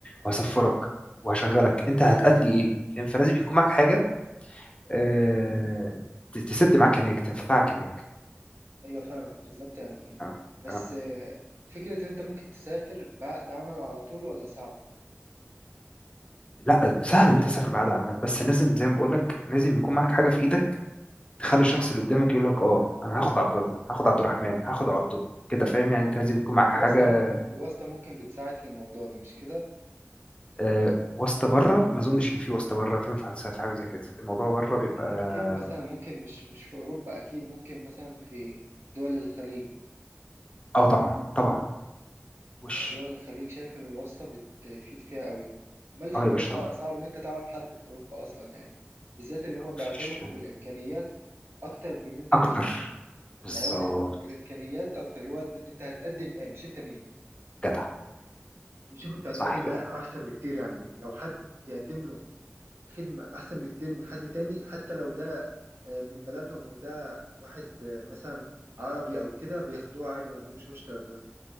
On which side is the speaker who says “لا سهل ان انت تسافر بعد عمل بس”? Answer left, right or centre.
Left